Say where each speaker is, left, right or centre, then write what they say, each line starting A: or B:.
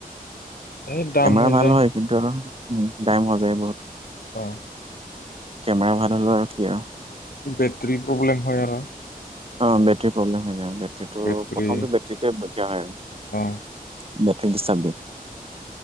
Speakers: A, on the left (about 80°); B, on the right (about 40°).
A: এই দাম
B: কেমেৰা
A: হৈ
B: ভাল
A: যায়
B: হ'য় কিন্তু আৰু উ ডাইম হৈ যায় বহুত।
A: অ
B: কেমেৰা ভাল হ'ল আৰু ক্লিয়াৰ হয়।
A: বেটেৰী প্ৰব্লেম হ'য় আৰু।
B: অ, বেটৰীৰ প্ৰব্লেম হৈ যায়, বেটৰীটো
A: বেটৰী
B: প্ৰথমটো বেটৰীতে দিয়া হয় আৰু।
A: অ
B: বেটৰ ডিষ্টাৰ দিয়ে।